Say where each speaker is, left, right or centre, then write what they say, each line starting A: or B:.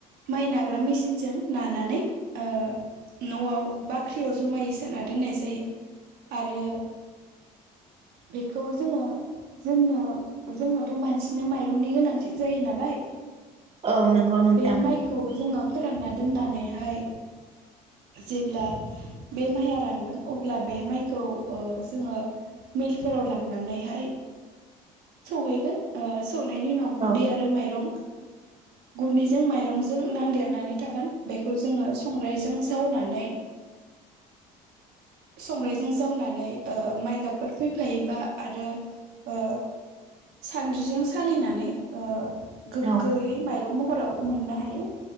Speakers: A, on the right; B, on the right.
A: माइ नाग्रा मेसिनजों नानानै ओ न'आव बाख्रियाव जमायै सोना दोननाय जायो। आरो बेखौ जोङो जोंनो जोंनोथ' मानसिनो माइरंनि गोनांथि जायो नालाय।
B: औ नंगौ नोंथां
A: बे माइखौ जोङो। फोरानना दोननानैहाय जेब्ला बे माइया रानगोन अब्ला बे माइ। खौ ओ जोङो मिलफोराव लांनानैहाय सहैगोन ओ सौनायनि उनाव गुन्दै
B: औ
A: आरो माइरं। गुन्दैजों माइरंजों नांदेरनानै थागोन बेखौ जोङो संग्रायजों जावनानै संग्राय जों जावनानै ओ माइगाबफोर फैफायोबा आरो ओ सानद्रिजों सालिनानै ओ गोगोयै
B: औ
A: माइ दुं महराव मोननो हायो।